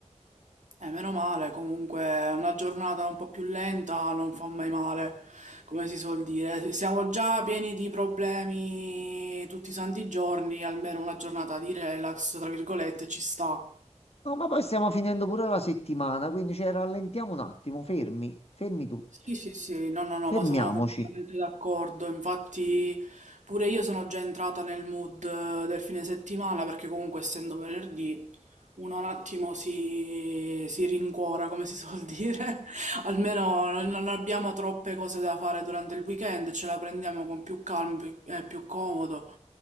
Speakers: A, on the right; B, on the left.
A: Eh, meno male, comunque una giornata un po' più lenta non fa mai male, come si suol dire. Siamo già pieni di problemi tutti i santi giorni, almeno una giornata di relax, tra virgolette, ci sta.
B: No, ma poi stiamo finendo pure la settimana, quindi cioè, rallentiamo un attimo, fermi, fermi tutti,
A: Sì, sì, sì, no, no, no,
B: fermiamoci.
A: ma sono completamente d'accordo. Infatti, pure io sono già entrata nel mood eh, del fine settimana perché, comunque, essendo venerdì, uno un attimo si, si rincuora, come si suol dire. <laughs> Almeno non non abbiamo troppe cose da fare durante il weekend, ce la prendiamo con più calma e più comodo.